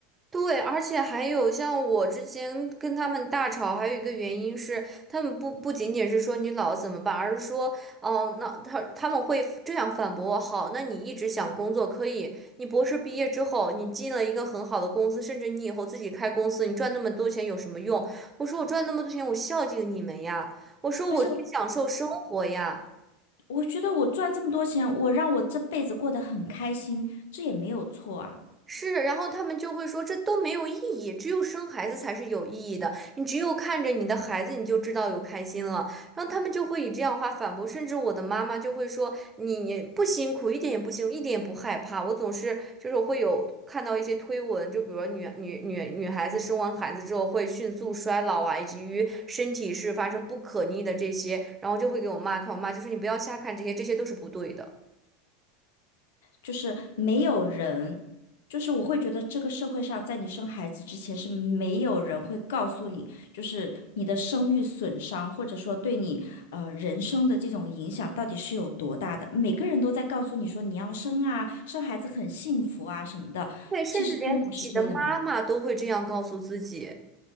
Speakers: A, on the right (about 20°); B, on the left (about 65°).
A: 对，而且还有像我之前跟他们大吵，还有一个原因是，他们不不仅仅是说你老怎么办，而是说，哦，那他他们会这样反驳我，好，那你一直想工作可以，你博士毕业之后，你进了一个很好的公司，甚至你以后自己开公司，你赚那么多钱有什么用？我说我赚那么多钱，我孝敬你们呀，我说我去享受生活呀。
B: 而且我我觉得我赚这么多钱，我让我这辈子过得很开心，这也没有错啊。
A: 是，然后他们就会说这都没有意义，只有生孩子才是有意义的。你只有看着你的孩子，你就知道有开心了。然后他们就会以这样的话反驳，甚至我的妈妈就会说你你不辛苦，一点也不辛苦，一点也不害怕。我总是就是会有看到一些推文，就比如女女女女孩子生完孩子之后会迅速衰老啊，以及于身体是发生不可逆的这些，然后就会给我妈看，我妈就说你不要瞎看这些，这些都是不对的。
B: 就是没有人，就是我会觉得这个社会上，在你生孩子之前是没有人会告诉你，就是你的生育损伤，或者说对你呃人生的这种影响到底是有多大的。每个人都在告诉你说你要生啊，生孩子很幸福啊什么的，
A: 对，甚至连自己的妈妈都会这样告诉自己。
B: 其实真不是这样的。